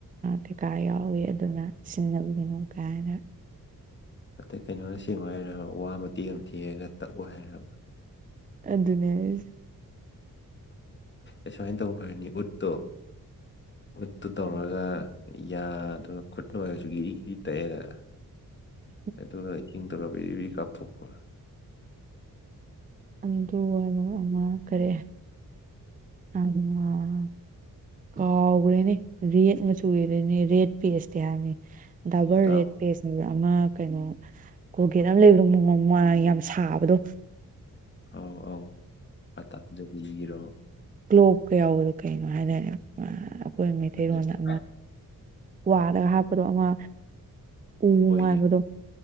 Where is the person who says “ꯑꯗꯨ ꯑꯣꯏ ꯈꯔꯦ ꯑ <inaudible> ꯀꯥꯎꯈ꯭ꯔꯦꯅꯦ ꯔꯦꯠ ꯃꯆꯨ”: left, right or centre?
Right